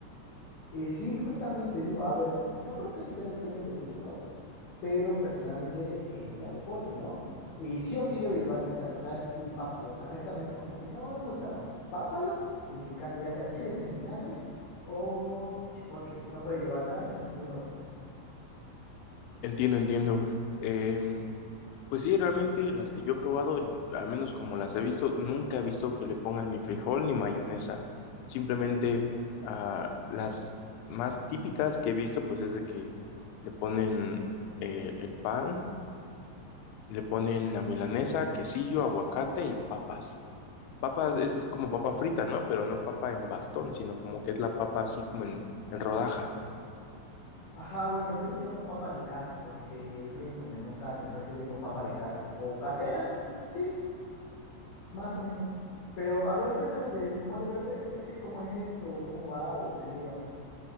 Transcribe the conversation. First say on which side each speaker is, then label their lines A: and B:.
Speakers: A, on the left (about 60°); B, on the left (about 80°).
A: Eh, sí, justamente digo, a ver, yo creo que eso ya depende de gustos, pero personalmente es la de pollo, ¿no? Y sí o sí debe llevar picante, o sea, es- y pápalo, o sea, no, esta no es como que no, no me gusta, no, pápalo y picante, ya sea chiles en vinagre o chipotles, no puede llevar salsa, ningún otro.
B: Entiendo, entiendo. Em, Pues sí, realmente las que yo he probado, al menos como las he visto, nunca he visto que le pongan ni frijol ni mayonesa. Simplemente ah, las más típicas que he visto, pues es de que le ponen eh, el pan, le ponen la milanesa, quesillo, aguacate y papas. Papas es como papa frita, ¿no? Pero no papa en bastón, sino como que es la papa así como en, en rodaja.
A: Ajá, bueno, yo le llamo papa de caso porque se fríen como en un caso, entonces yo le digo papa de caso o casera, mm, sí, más o menos. Pero a ver, cuéntame del mole verde, ese cómo es o cómo va o qué lleva.